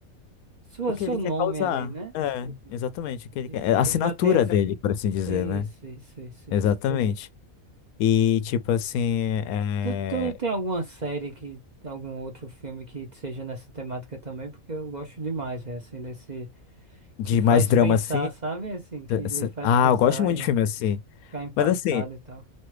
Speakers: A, on the right; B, on the left.
A: sua,
B: O que
A: seu
B: ele
A: nome
B: quer causar.
A: ali, né?
B: É,
A: Tipo,
B: exatamente. O que
A: ele
B: ele quer. É A assinatura
A: ele já tem essa...
B: dele, por assim dizer,
A: Isso,
B: né?
A: isso, isso, isso.
B: Exatamente.
A: Entendi.
B: E, tipo assim, é...
A: Tu, tu tem alguma série que, algum outro filme que seja nessa temática também? Porque eu gosto demais, é assim, desse...
B: de
A: Que faz
B: mais drama
A: pensar,
B: assim.
A: sabe? Assim, que
B: t- s-
A: lhe faz
B: Ah,
A: pensar
B: eu gosto muito de filme assim.
A: ficar impactado
B: Mas assim,
A: e tal.